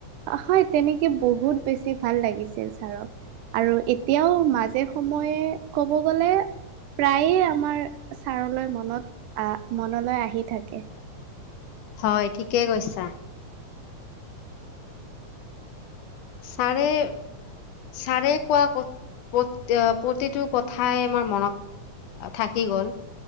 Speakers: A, on the right; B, on the left.
A: হয়, তেনেকে বহুত বেছি ভাল লাগিছিল ছাৰক। আৰু এতিয়াও মাজে সময়ে ক'ব গলে প্ৰায়ে আমাৰ ছাৰলৈ মনত আহ মনলৈ আহি থাকে।
B: হয় ঠিকেই কৈছা। ছাৰে-ছাৰে কোৱা প্ৰতি প্ৰতিটো কথাই আমাৰ মনত থাকি গ'ল।